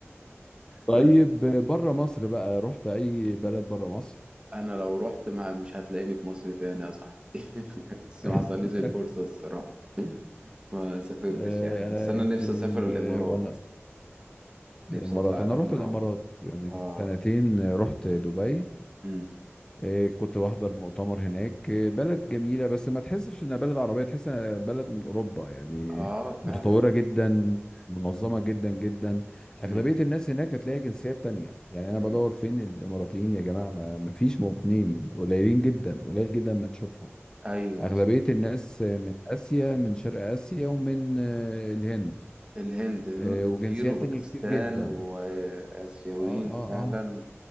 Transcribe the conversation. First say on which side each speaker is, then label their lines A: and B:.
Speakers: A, on the left; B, on the right.
A: طيب
B: بس
A: بره مصر بقى رحت اي بلد بره مصر
B: انا لو رحت ما مش هتلاقيني في مصر تاني يا صاحبي <laughs> بس
A: <laughs>
B: ما حصلليش الفرصة الصراحة ما سافرتش
A: آه،
B: يعني بس
A: انا
B: انا
A: يمكن
B: نفسي اسافر الامارات
A: آه، وانا الامارات
B: نفسي اطلع
A: انا
B: الامارات
A: رحت الامارات يعني
B: اه
A: من سنتين آه، رحت دبي
B: امم
A: إيه، كنت بحضر مؤتمر هناك إيه، بلد جميلة بس ما تحسش انها بلد عربية تحس انها بلد من اوروبا يعني
B: اه فعلا
A: متطورة جدا منظمة جدا جدا
B: امم
A: اغلبية الناس هناك هتلاقي جنسيات تانية يعني انا
B: امم
A: بدور فين الاماراتيين يا جماعة ما ما فيش مواطنين قليلين جدا قليل جدا ما تشوفهم
B: ايوه
A: اغلبية
B: بالظبط
A: الناس آه، من اسيا من شرق اسيا ومن آه، الهند
B: الهند هنود
A: آه،
B: كتير
A: وجنسيات
B: وباكستان
A: تانية كتير جدا
B: واسيويين
A: اه اه
B: فعلا
A: اه